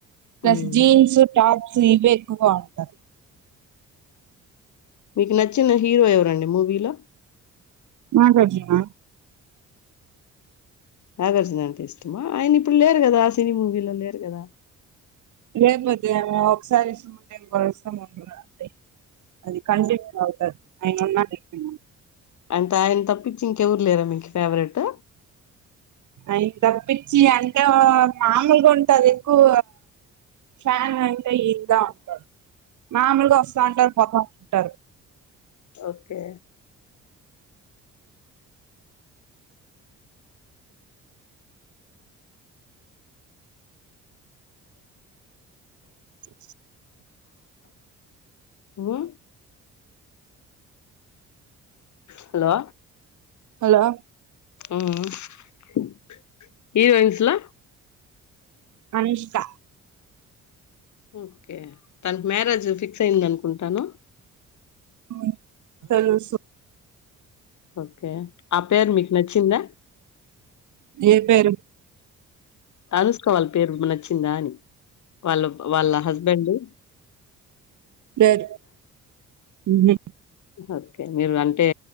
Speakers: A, on the right; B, on the left.
A: ప్లస్
B: ఉమ్,
A: జీన్సు టాప్స్ స్లీపే ఎక్కువగా ఉంటది
B: మీకు నచ్చిన హీరో ఎవరండి మూవీలో
A: నాగార్జున
B: నాగార్జున అంటే ఇష్టమా ఆయన ఇప్పుడు లేరు కదా ఆ సినీ మూవీలో లేరు కదా
A: లేకపోతే ఒకసారి ఇష్టం ఉంటే ఇంకోరు ఇష్టం ఉండరండి అది కంటిన్యూ అవుతాది అయన ఉన్నా లేకున్నా
B: అంటే ఆయన తప్పి ఇంకెవరు లేరా మీకు ఫేవరెట్
A: ఆయన యి తప్పించి అంటే మామూలుగా ఉంటాది ఎక్కువ ఫ్యాన్ అంటే ఈదా ఉంటారు మామూలుగా వస్తా ఉంటారు పోతా ఉంటారు
B: ఓకే
A: ఆ
B: మ్మ్ హలో
A: హలో
B: మ్మ్ మ్మ్ ఇది వైన్స్లా
A: అనిష్క
B: ఓకే తనకి మ్యారేజ్ ఫిక్స్ అయిందనుకుంటాను
A: మ్మ్ తెలుసు
B: ఓకే ఆ పేరు మీకు నచ్చిందా
A: ఏ పేరు
B: అనుష్క వాళ్ల పేరు నచ్చిందా అని వాళ్ళ వాళ్ళ హస్బెండు
A: లేేదు హ్మ్
B: ఓకే మీరు అంటే